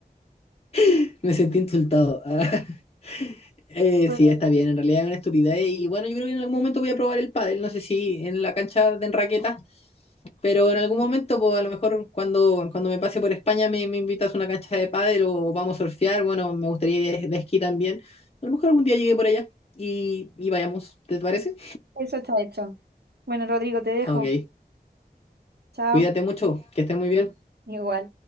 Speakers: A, on the left; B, on the right.
A: <laughs> me sentí insultado. <laughs> Eh,
B: Bueno,
A: sí, está bien, en realidad es una estupidez. Y bueno, yo creo que en algún momento voy a probar el pádel, no sé si en la cancha de raqueta, pero en algún momento, pues a lo mejor cuando, cuando me pase por España me, me invitas a una cancha de pádel o vamos a surfear, bueno, me gustaría ir de, de esquí también. A lo mejor algún día llegue por allá y, y vayamos, ¿te parece?
B: eso está hecho. Bueno, Rodrigo, te dejo.
A: Ok,
B: Chao.
A: cuídate mucho, que estés muy bien.
B: Igual.